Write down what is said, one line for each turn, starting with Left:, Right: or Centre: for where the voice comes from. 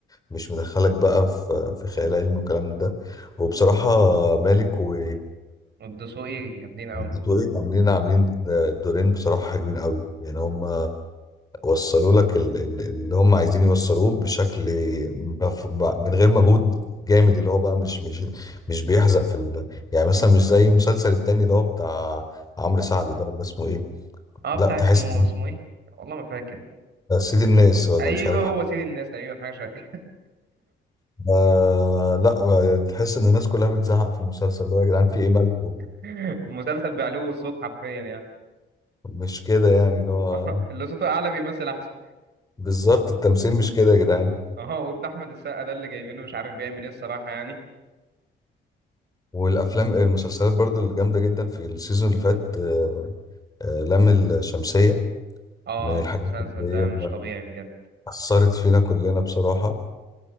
Left: مش مدخلك بقى في في خيال علمي والكلام ده وبصراحة مالك و
Right: والدسوقي جامدين أوي
Left: والدكتورين عاملين عاملين دورين بصراحة حلوين قوي يعني هم وصلوا لك ال- ال- اللي هم عايزين يوصلوه بشكل مف- من غير مجهود جامد اللي هو بقى مش مش مش بيحزق في ال... يعني مثلا مش زي المسلسل التاني اللي هو بتاع عمرو سعد ده ولا اسمه ايه
Right: اه
Left: لا
Right: بتاع
Left: تحس
Right: اسمه اسمه ايه والله ما فاكر
Left: سيد الناس ولا
Right: ايوه
Left: مش عارف
Right: هو سيد الناس تقريبا حاجه شبه كده
Left: آه لا بقى يعني تحس ان الناس كلها بتزعق في المسلسل اللي هو يا جدعان في ايه مالكم
Right: <laughs> المسلسل بعلو الصوت حرفيا يعني <laughs>
Left: مش كده يعني اللي هو
Right: اه اللي صوته اعلى بيمثل احسن
Left: بالظبط التمثيل مش كده يا جدعان
Right: اه وابن احمد السقا ده اللي جايبينه مش عارف بيعمل ايه الصراحه يعني
Left: والافلام المسلسلات برضو اللي جامده جدا في السيزون اللي فات آه آه لام الشمسيه
Right: اه
Left: من الحاجات
Right: المسلسل
Left: اللي
Right: ده
Left: هي
Right: مش طبيعي بجد
Left: اثرت فينا كلنا بصراحه